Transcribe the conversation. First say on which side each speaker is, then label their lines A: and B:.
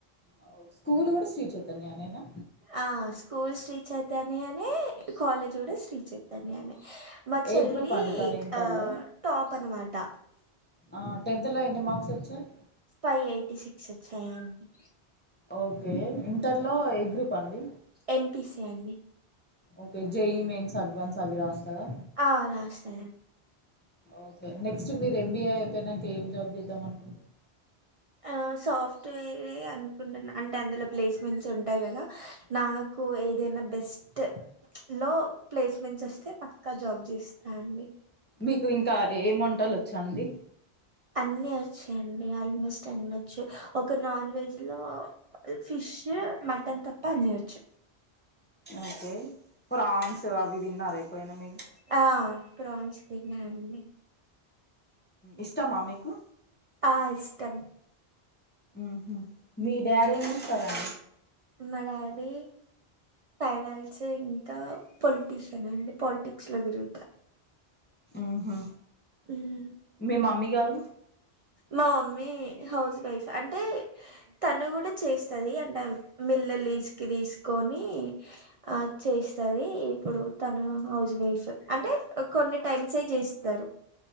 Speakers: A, on the left; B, on the right.
A: ఓ స్కూల్ కూడా శ్రీ చైతన్య నేనా
B: ఆ స్కూల్ శ్రీ చైతన్య నే కాలేజ్ కూడా శ్రీ చైతన్యనే మా చెల్లి
A: ఏ గ్రూప్ అండి తను ఇంటర్లో
B: ఆ టాప్ అన్నమాట
A: ఆ టెన్్లో ఎన్ని మార్క్స్ వచ్చాయ్
B: ఫైవ్ ఎయిటీ సిక్స్ వచ్చాయండి
A: ఓకే ఇంటర్లో ఎ గ్రూప్ అండి
B: ఎంపిసీ అండి
A: ఓకే జేఈ మెయిన్స్ అడ్వాన్స్ అవి రాస్తాదా
B: ఆ రాస్తది
A: ఓకే నెక్స్ట్ మీరు ఎంబీఏ అయిపోయినాక ఏం జాబ్ చేద్దామను
B: ఆ సాఫ్ట్వేర్ే అనుకుంటున్న అంటే అందులో ప్లేస్మెంట్స్ ఉంటాయి కదా నా కు ఏదైనా బెస్ట్ లో ప్లేస్మెంట్స్ వస్తే పక్కా జాబ్స్స్తాండి
A: మీకు ఇంకా ఏం వంటలు వచ్చండి
B: అన్ని వచ్చాయండి ఆల్మోస్ట్ అన్ని వచ్చు ఒక నాన్ వెజ్ లో ఫిష్ మటన్ తప్ప అన్ని వచ్చు
A: ఓకే ఫ్రాన్స్ అవి తిన్నర ఎప్పుడన్నా మీరు
B: ఆ ప్రౌన్స్ తిన్న అండి
A: ఇష్టమా మీకు
B: ఆ ఇష్టం
A: మ్ హు మీ డాడీ ఎం చేస్తారండి
B: మా డాడీ ఫైనల్స్ ఇంకా పొలిటీషియన్ అండి పాలిటిక్స్ లో తిరుగుతారు
A: మ్ హు
B: మ్మ్.
A: మీ మమ్మి గరు
B: మా మమ్మీ హౌస్ వైఫ్ అంటే తను కూడా చేస్తది అంటే మిల్లు లిస్ కు తీసుకొని ఆ చేస్తది ఇప్పుడు తను హౌస్ వైఫ్ అంటే కొన్ని టైమ్సే చేస్తారు